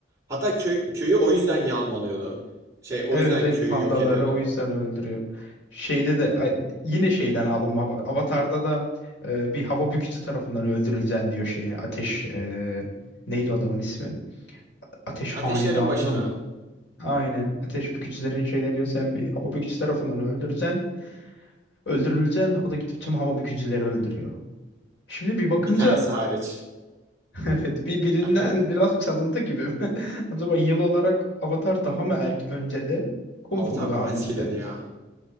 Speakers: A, on the right (about 15°); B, on the left (about 70°).
A: Hatta köy, köyü o yüzden yağmalıyordu. Şey o
B: Evet
A: yüzden
B: evet
A: köyü
B: pandaları
A: yok ediyordu.
B: o yüzden öldürüyor. Şeyde de ay, yine şeyden alınma bak. Avatar'da da e, bir hava bükücü tarafından öldürüleceksin diyor şeye. Ateş e, neydi adamın ismi? Ateş
A: Ateşlerin
B: hanedanına
A: başına.
B: mı? Aynen. Ateş bükücülerin şey ne diyor? Sen bir hava bükücü tarafından öldüreceksin. Öldürüleceksin. O da gidip tüm hava bükücüleri öldürüyor. Şimdi bir bakınca
A: Bir tanesi hariç.
B: <laughs> Evet, bir birinden
A: <laughs>
B: biraz çalıntı gibi mi? <laughs> Acaba yıl olarak Avatar daha mı erk önce de, Kung
A: Avatar
B: Fu mu daha
A: daha
B: önce
A: eskileri
B: de?
A: ya.